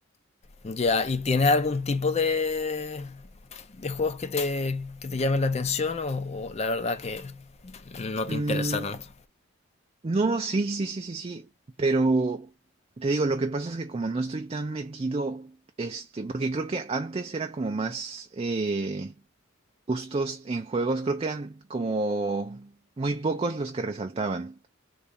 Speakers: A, on the left; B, on the right.
A: Ya, ¿y tienes algún tipo de, de juegos que te, que te llamen la atención o, o la verdad que no te
B: Mm,
A: interesa tanto?
B: no, sí, sí, sí, sí, sí, pero te digo, lo que pasa es que como no estoy tan metido, este, porque creo que antes era como más eh, gustos en juegos, creo que eran como muy pocos los que resaltaban.